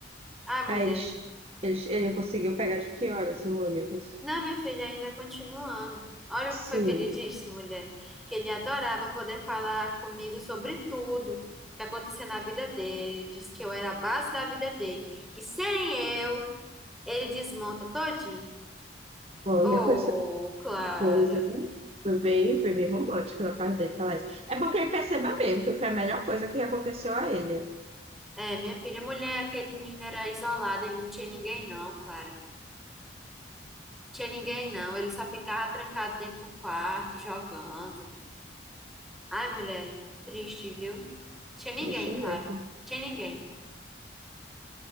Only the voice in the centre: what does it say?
Ai, mulher.
Não, minha filha, ainda continuando. Olha
o que foi que ele disse, mulher. Que ele adorava poder falar comigo sobre tudo que acontecia na vida dele. disse que eu era a base da vida dele. Que sem eu, ele desmonta todinho.
oh
Clara.
É, minha filha, mulher, aquele menino era isolado. Ele não tinha ninguém, não, Clara. Tinha ninguém, não. Ele só ficava trancado dentro de um quarto, jogando. Ai, mulher, triste, viu? Tinha ninguém,
Clara.
Tinha ninguém.